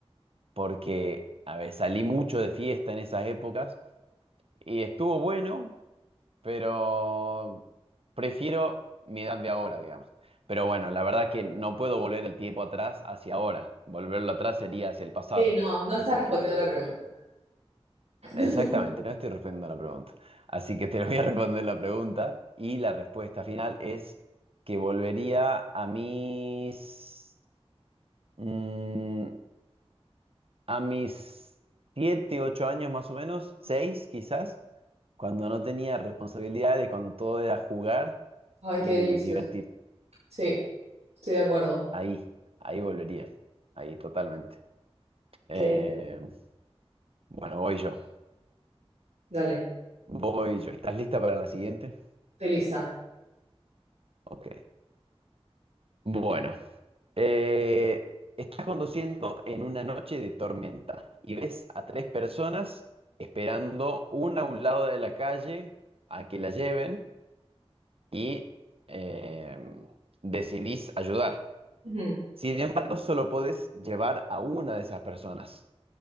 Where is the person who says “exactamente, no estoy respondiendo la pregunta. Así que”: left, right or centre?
Right